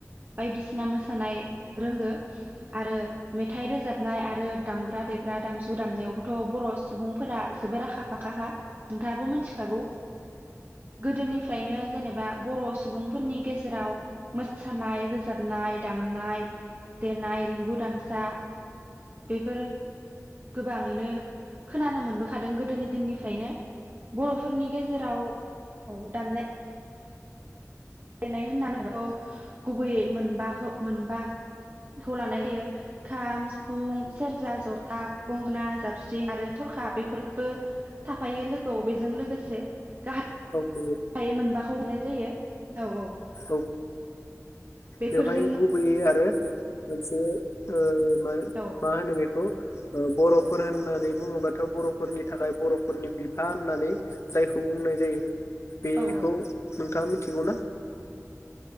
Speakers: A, on the right; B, on the left.
A: बायदिसिना मोसानाय रोंगो आरो मेथाइ रोजाबनाय आरो दामग्रा देग्रा दामजु दामनायावबोथ' बर' सुबुंफोरा जोबोर आखा फाखा खा नोंथाङाबो मोनथिखागौ गोदोनिफ्रायनो जेनेबा बर' सुबुं फोरनि गेजेराव मोसानाय रोजाबनाय दामनाय देनाय रिंगु दामसा बेफोरो गोबाङैनो खोनानो मोनबोखादों गोदोनि दिननिफ्रायनो बर'फोरनि गेजेराव औ दामनाय गेलेनाय होननानैथ' गुबैयै मोनबाखौ मोनबाखौ लानाय जायो खाम सिफुं सेरजा जथा गंगना जाबस्रिं आरो थरखा बेफोरबो थाफायो लोगोआव बेजों लोगोसे गाहाय
B: नंगौ
A: हाय मोनबाखौ हमनाय जायो औ औ
B: औ
A: बेफोरजोंनो
B: बेवहाय गुबैयै आरो मोनसे ओ औ मा
A: औ
B: मा होनो बेखौ ओ बर'फोर होननानै बुङोबाथ' बर'फोरनि थाखाय बर'फोरनि बिफा होननानै जायखौ बुंनाय जायो बेखौ
A: औ औ
B: नों थाङा मिथिगौना?